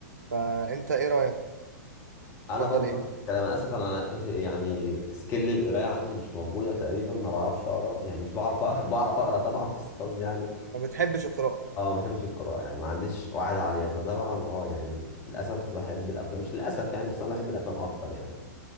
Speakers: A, on the right; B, on the left.
A: فانت ايه رأيك
B: انا
A: تفضل
B: برضه
A: ايه
B: نفس الكلام انا اسف انا يعني سكيل القرايه عندي مش موجوده تقريبا ما بعرفش اقرا يعني مش بعرف اقرا <laughs> بعرف اقرا طبعا بس قصدي يعني
A: ما بتحبش القراءة
B: اه ما بحبش القراءه يعني ما عنديش وعي عليها فطبعا اه يعني للاسف بحب الافلام مش للاسف يعني بس انا بحب الافلام اكتر يعني